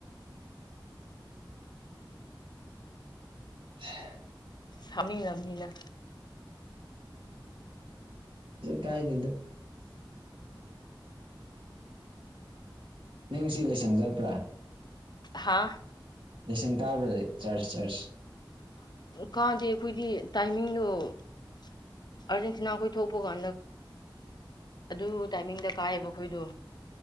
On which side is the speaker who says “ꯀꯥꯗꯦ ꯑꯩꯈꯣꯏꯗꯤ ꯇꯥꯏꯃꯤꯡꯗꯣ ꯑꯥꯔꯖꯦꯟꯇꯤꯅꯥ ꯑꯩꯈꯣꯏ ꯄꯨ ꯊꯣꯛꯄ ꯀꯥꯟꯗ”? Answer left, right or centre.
Left